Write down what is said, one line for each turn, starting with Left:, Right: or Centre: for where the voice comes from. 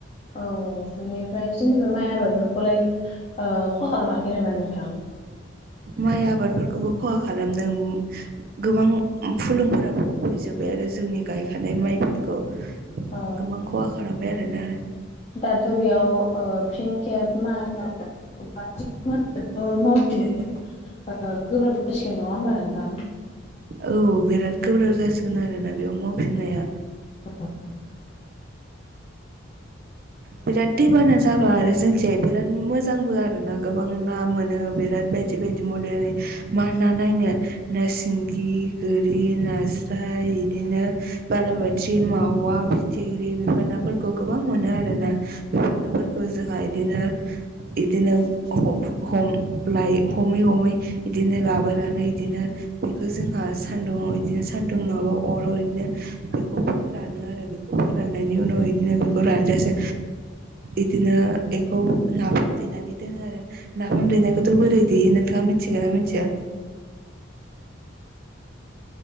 Left: औ बेनिफ्राय जेनेबा माइ आबादफोरखौलाय ओ खहा खालामाखै नामा नोंथां
Right: माइ आबादफोरखौबो खहा खालामदों गोबां फुलुंफोरा फैजोब्बाय आरो आरो जोंनि गायखानाय माइफोरखौ
Left: औ
Right: गोबां खहा खालामबाय आरोना
Left: दाथ' बेयाव ओ फिन केेब माइ <unintelligible> खामानियाथ' मावफिनो ओ गोब्राब जासिगोन नङा होमबा नोंथां
Right: औ बिराद गोब्राब जासिगोन आरोना बेयाव मावफिननाया
Left: औ
Right: बिराद दैबाना जाबा आरो जोंथिजाय बिराद मोजांबो आरो ना गोबां ना मोनो बिराद बे बिदि बायदि <unintelligible> मा ना नायनो ना सिंगि गोरि नास्राय बिदिनो बाला बाथि मावा फिथिख्रि बेफोर नाफोरखौ गोबां मोनो आरो ना। बेफोर नाफोरखौ जोंहा इदिनो इदिनो लायो हम हम ब्लाय हमै हमै इदिनो लाबोनानै इदिनो बेखौ जोंहा सान्दुंआव इदिनो सान्दुं नङाबा अराव इदिनो बेखौ फोरानो आरो बेखौ। फोराननायनि उनाव इदिनो बेखौ रानजासे इदिनो एखौ नाफाम देनानै दोनो आरो नाफाम देनायखौथ' बोरै देयो नोंथाङा मिथि मोनथिगोना मिनथिया?